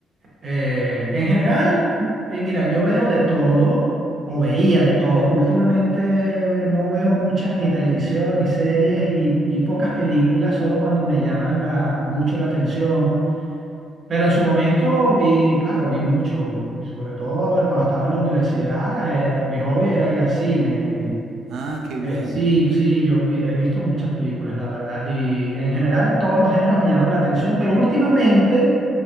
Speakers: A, on the right; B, on the right.
A: Eh, en general, eh, mira, yo veo de todo, o veía de todo. Últimamente no veo mucha ni televisión, ni series y, y pocas películas, solo cuando me llaman la, mucho la atención. Pero en su momento vi, claro, vi mucho, sobre todo de cuando estaba en la universidad, era, mi hobby era ir al cine. Y,
B: Ah, qué bien.
A: eh, sí, sí, yo vi- he visto muchas películas, la verdad. Y en general todos los géneros me llaman la atención, pero últimamente